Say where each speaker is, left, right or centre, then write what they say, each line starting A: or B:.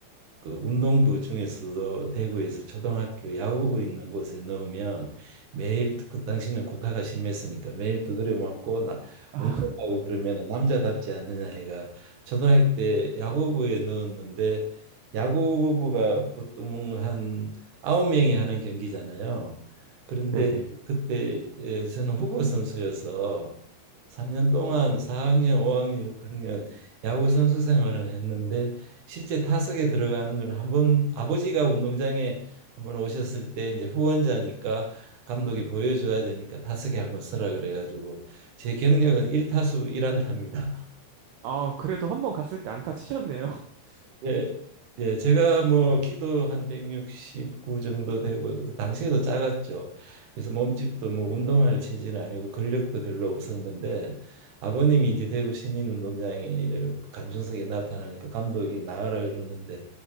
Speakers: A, on the right; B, on the right.
A: 그 운동부 중에서도 대구에서 초등학교 야구부 있는 곳에 넣으면 매일 그 당시는 구타가 심했으니까 매일 두드려 맞고 나,
B: 아,
A: 운동하고 그러면 남자답지 않느냐 해가 초등학교 때 야구부에 넣었는데 야구부가 보통 한 아홉 명이 하는 경기잖아요. 그런데
B: 네네.
A: 그때 예, 저는 후보 선수여서 3년 동안 4학년, 5학년, 6학년 야구 선수 생활은 했는데 실제 타석에 들어가는 건 한 번 아버지가 운동장에 한번 오셨을 때 이제 후원자니까 감독이 보여줘야 되니까 타석에 한번 서라 그래가지고 제 경력은 1타수 1안타입니다.
B: 아, 그래도 한 번 갔을 때 안타 치셨네요. <laughs>
A: 예, 예, 제가 뭐 키도 한 169 정도 되고 그 당시에도 작았죠. 그래서 몸집도 뭐 운동할 체질은 아니고 근력도 별로 없었는데 아버님이 이제 대구 시민운동장에를 관중석에 나타나니까 감독이 나가라 그러는데